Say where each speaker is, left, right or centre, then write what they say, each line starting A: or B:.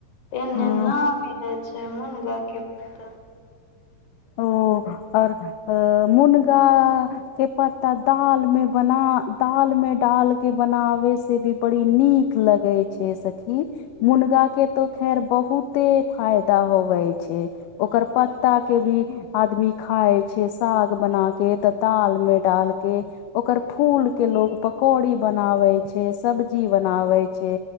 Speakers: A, on the left; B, on the left.
A: एन्ने
B: हँ
A: ना मिलै छै मुनगा के पत्ता
B: ओ आओर अ-मुनगा के पत्ता दाल मे बना दाल मे डाल के बनाबे से भी बड़ी नीक लगै छै सखी मुनगा के तो खैर बहुते फायदा होवे छै ओकर पत्ता के भी आदमी खाइ छै साग बना के तऽ दाल मे डाल के ओकर फूल के लोग पकौड़ी बनाबे छै सब्जी बनाबे छै